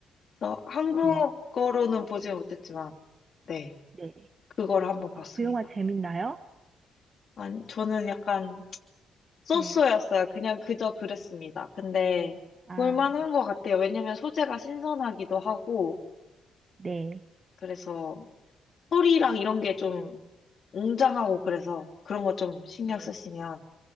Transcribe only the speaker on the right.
네,
네.
아, 그 영화 재밌나요?
네.
아,
네,
네.